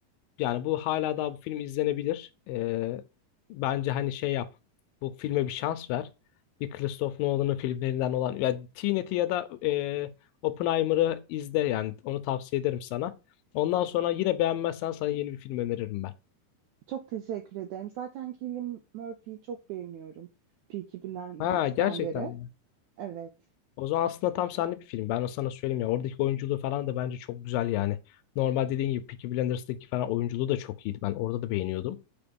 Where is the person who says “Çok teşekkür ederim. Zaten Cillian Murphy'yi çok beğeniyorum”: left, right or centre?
Right